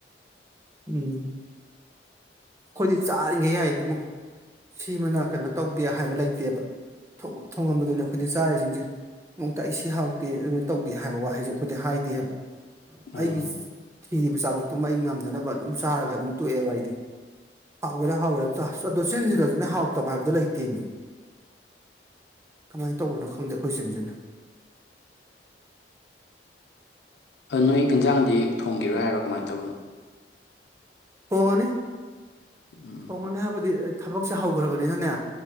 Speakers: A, on the right; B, on the left.
A: ꯎꯝ ꯑꯩꯈꯣꯏꯗꯤ ꯆꯥꯔꯤꯈꯩ ꯌꯥꯏꯌꯦꯕꯨꯡꯉꯣ ꯁꯤꯃꯅ ꯀꯩꯅꯣ ꯇꯧꯗꯦ ꯍꯥꯏꯕ ꯂꯩꯇꯦꯕ ꯊꯣꯡꯉꯝꯕꯗꯨꯅꯦ ꯑꯩꯈꯣꯏꯗ ꯆꯥꯔꯤꯁꯤꯡꯁꯦ ꯅꯣꯡꯇꯏꯁꯤ ꯍꯥꯎꯇꯦ ꯑꯗꯨꯃꯥꯏꯅ ꯇꯧꯗꯦ ꯍꯥꯏꯕ ꯋꯥꯍꯩꯁꯨꯦ ꯑꯩꯈꯣꯏꯗꯤ ꯍꯥꯏꯗꯦ ꯍꯥꯏꯕ
B: ꯎꯝ
A: ꯑꯩꯒꯤ ꯊꯤꯔꯤꯕ ꯆꯥꯔꯣꯛꯇꯨꯃ ꯑꯩ ꯉꯝꯅꯅꯕ ꯑꯗꯨꯝ ꯆꯥꯔꯒ ꯑꯗꯨꯝ ꯇꯣꯛꯑꯦꯕ ꯑꯩꯗꯤ ꯍꯥꯎꯒꯦꯔꯥ ꯍꯥꯎꯋꯦꯔ ꯑꯗꯨ ꯆꯤꯟꯁꯤꯗꯁꯨꯅꯦ ꯍꯥꯎꯇꯕ ꯍꯥꯏꯕꯗꯨꯣ ꯂꯩꯇꯦꯟꯃꯤ ꯀꯃꯥꯏꯅ ꯇꯧꯕꯅꯣ ꯈꯪꯗꯦ ꯑꯩꯈꯣꯏ ꯆꯦꯟꯁꯤꯅ
B: ꯑ ꯅꯣꯏ ꯏꯟꯖꯥꯡꯗꯤ ꯊꯣꯡꯈꯤꯔꯣꯏ ꯍꯥꯏꯔꯣ ꯀꯃꯥꯏꯅ ꯇꯧꯕꯅꯣ
A: ꯊꯣꯡꯉꯅꯤ
B: ꯎꯝ
A: ꯍꯣꯅꯦ ꯍꯥꯏꯕꯗꯤ ꯊꯕꯛꯁꯦ ꯍꯧꯈ꯭ꯔꯕꯅꯤꯅꯅꯦ